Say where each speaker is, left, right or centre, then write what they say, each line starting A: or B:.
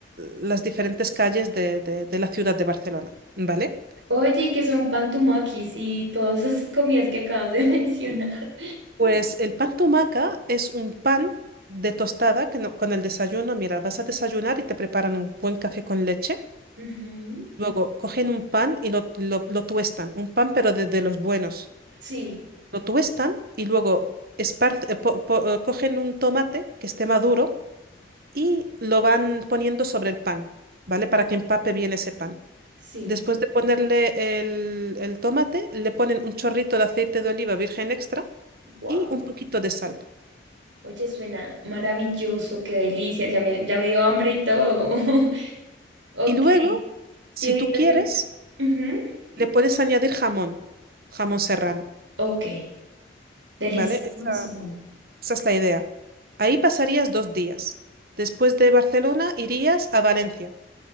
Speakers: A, on the right; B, on the right.
A: las diferentes calles de, de de la ciudad de Barcelona, ¿vale?
B: Oye, ¿y qué son pantumakis y todas esas comidas que acabas de <laughs> mencionar?
A: Pues el pan tumaca es un pan de tostada que no- con el desayuno, mira, vas a desayunar y te preparan un buen café con leche.
B: Ujú.
A: Luego cogen un pan y lo, lo- lo tuestan, un pan pero de, de los buenos.
B: Sí,
A: Lo tuestan y luego espar- eh, po- po- eh, cogen un tomate que esté maduro y lo van poniendo sobre el pan, ¿vale? Para que empape bien ese pan.
B: sí.
A: Después de ponerle el el tomate, le ponen un chorrito de aceite de oliva virgen extra
B: Wow.
A: y un poquito de sal.
B: Oye, suena maravilloso, qué delicia, ya me, ya me dio hambre y todo. <laughs> Ok,
A: Y luego,
B: sí,
A: si
B: ahorita
A: tú quieres,
B: que... Ujú.
A: le puedes añadir jamón, jamón serrano,
B: Ok, delicioso.
A: ¿vale? Esa, esa es la idea. Ahí pasarías dos días. Después de Barcelona irías a Valencia.